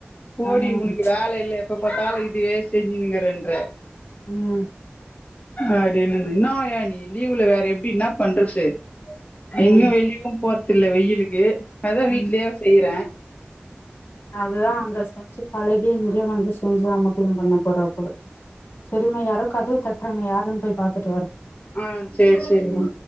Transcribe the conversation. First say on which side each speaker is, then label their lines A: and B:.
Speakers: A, on the left; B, on the left.
A: போடி
B: ம்
A: உனக்கு வேல இல்ல எப்ப பாத்தாலு இதுவே செஞ்சினுக்கறன்ற
B: ம்
A: அப்டின்னு இன்னா ஆயா நீ லீவுல வேற எப்டி இன்னா பண்றது
B: ம்
A: எங்யு வெளியவு போற்த்தில்ல வெயிலுக்கு அதா
B: ம்
A: வீட்லியா செய்றே
B: அதுதா அங்க செஞ்சு பழகி இங்கயு வந்து செஞ்சி அமக்களம் பண்ண போறா போல செரிமா யாரோ கதவு தட்றாங்க யாருன் போய் பாத்துட்டு வரே
A: அ சேர் சேரிமா
B: ம்